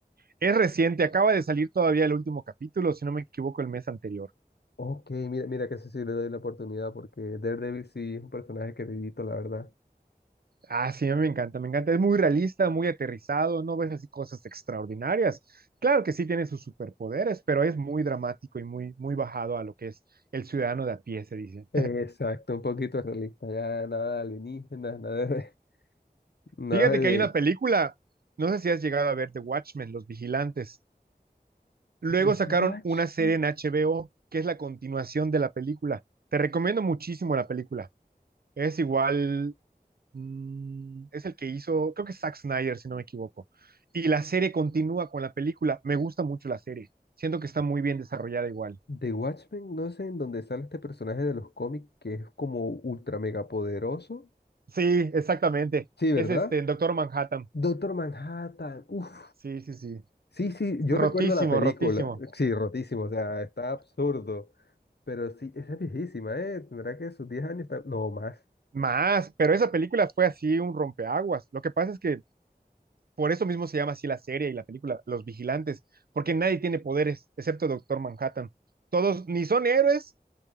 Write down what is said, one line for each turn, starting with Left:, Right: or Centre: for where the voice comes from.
Right: Es reciente, acaba de salir todavía el último capítulo, si no me equivoco, el mes anterior.
Left: Ok, mira, mira que eso sí le doy la oportunidad porque Daredevil sí es un personaje queridito, la verdad.
Right: Ah, sí, a mí me encanta, me encanta. Es muy realista, muy aterrizado, no ves así cosas extraordinarias. Claro que sí tiene sus superpoderes, pero es muy dramático y muy, muy bajado a lo que es el ciudadano de a pie, se dice.
Left: Exacto, un poquito realista, ya nada de alienígenas, <laughs> nada de, nada
Right: Fíjate que
Left: de...
Right: hay una película, no sé si has llegado a ver The Watchmen, Los Vigilantes. Luego
Left: de
Right: sacaron
Left: Watchmen.
Right: una serie en HBO que es la continuación de la película. Te recomiendo muchísimo la película. Es igual, mm, es el que hizo, creo que es Zack Snyder, si no me equivoco. Y la serie continúa con la película. Me gusta mucho la serie. Siento que está muy bien desarrollada igual.
Left: De Watchmen, no sé en dónde sale este personaje de los cómics que es como ultra mega poderoso.
Right: Sí, exactamente.
Left: Sí, ¿verdad?
Right: Es este, en Doctor Manhattan.
Left: Doctor Manhattan, uff.
Right: Sí, sí, sí.
Left: Sí, sí, yo
Right: Rotísimo,
Left: recuerdo la película.
Right: rotísimo.
Left: Sí, rotísimo, o sea, está absurdo. Pero sí, esa es viejísima, ¿eh? Tendrá que sus 10 años, tam- no más.
Right: Más, pero esa película fue así un rompeaguas. Lo que pasa es que por eso mismo se llama así la serie y la película, Los Vigilantes, porque nadie tiene poderes excepto Doctor Manhattan. Todos ni son héroes